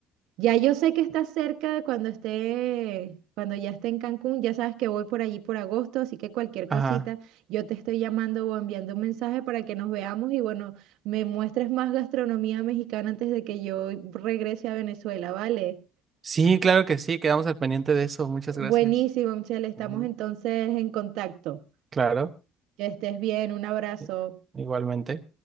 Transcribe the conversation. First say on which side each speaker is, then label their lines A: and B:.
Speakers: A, on the right; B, on the right.
A: Ya yo sé que está cerca de cuando esté, cuando ya esté en Cancún, ya sabes que voy por allí por agosto, así que cualquier cosita,
B: Ajá.
A: yo te estoy llamando o enviando un mensaje para que nos veamos y bueno, me muestres más gastronomía mexicana antes de que yo regrese a Venezuela, ¿vale?
B: Sí, claro que sí, quedamos al pendiente de eso. Muchas
A: Buenísimo,
B: gracias.
A: Michelle. Estamos
B: Ujú,
A: entonces en contacto.
B: Claro,
A: Que estés bien. Un abrazo.
B: i- igualmente.